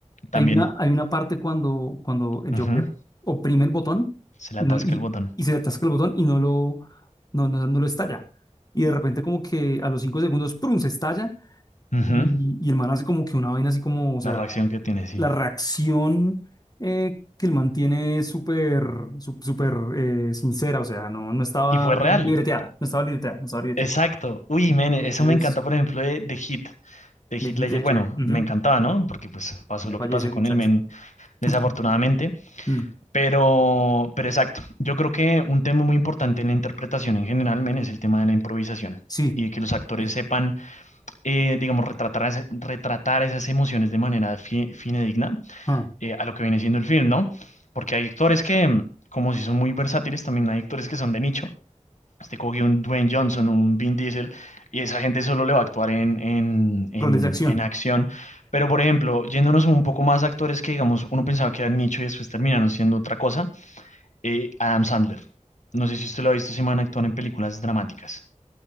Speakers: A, on the left (about 75°); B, on the left (about 30°).
A: también.
B: hay una, hay una parte cuando, cuando el
A: Ujú.
B: Joker oprime el botón
A: Se le
B: y,
A: atasca
B: no, y,
A: el botón.
B: y se le atasca el botón y no lo, no, no, no lo estalla. Y de repente como que a los cinco segundos, ¡prum! se estalla
A: Ujú.
B: y, y y el man hace como que una vaina así como, o
A: La
B: sea,
A: reacción que tiene, sí.
B: la reacción eh, que él mantiene súper, sú- súper eh, sincera, o sea, no, no estaba,
A: Y fue real.
B: digamos, libreteada, no estaba libreteada, no estaba libreteada.
A: Exacto. Uy, men, eso
B: Entonces,
A: me encanta, por ejemplo, de, de Hit. De Heath
B: de Heath
A: Ledger.
B: Ledger,
A: Bueno,
B: ujú,
A: me encantaba, ¿no? Porque pues pasó
B: Ya
A: lo
B: falleció
A: que pasó
B: el
A: con
B: muchacho.
A: el men, desafortunadamente.
B: <laughs> Mm,
A: Pero, pero exacto, yo creo que un tema muy importante en la interpretación en general, men, es el tema de la improvisación
B: Sí,
A: y de que los actores
B: bien.
A: sepan, eh, digamos, retratar, esa- retratar esas emociones de manera fi- fidedigna
B: Ah,
A: eh, a lo que viene siendo el film, ¿no? Porque hay actores que, mm, como si son muy versátiles, también hay actores que son de nicho. este cogió un Dwayne Johnson, un Vin Diesel, y esa gente solo le va a actuar en, en, en,
B: roles de acción.
A: en acción. Pero, por ejemplo, yéndonos un poco más a actores que, digamos, uno pensaba que eran nicho y después terminaron siendo otra cosa eh, Adam Sandler. No sé si usted lo ha visto, ese man actúa en películas dramáticas.